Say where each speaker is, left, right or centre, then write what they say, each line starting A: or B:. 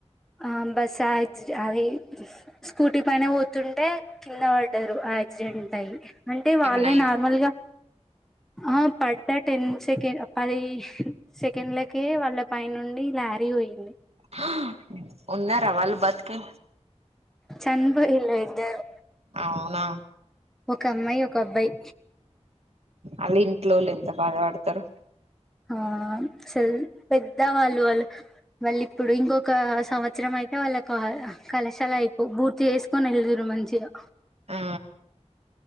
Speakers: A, in the centre; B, on the right.
A: ఆ బస్ ఆక్సి అది స్కూటీ పైన పోతుంటే కింద పడ్డారు యాక్సిడెంట్ అయి అంటే వాళ్ళే
B: ఏమన్నా అయిందా
A: నార్మల్గా ఆ పడ్డ టెన్ సెకండ్ పది సెకండ్లకే వాళ్ళ పై నుండి లారీ పోయి
B: హా ఉన్నారా వాళ్ళు బతికే
A: చనిపోయిలు ఇద్దరు
B: అవునా
A: ఒక అమ్మాయి ఒక అబ్బాయి
B: అలా ఇంట్లో వాళ్ళు ఎంత బాధ పడతారు
A: ఆ ఆ అసలు పెద్ద వాళ్ళు వాళ్ళు వాళ్ళు ఇప్పుడు ఇంకొక సంవత్సరం అయితే వాళ్ళ కళశాల అయిపో పూర్తి చేసుకొని వెల్దురు మంచిగా
B: ఆ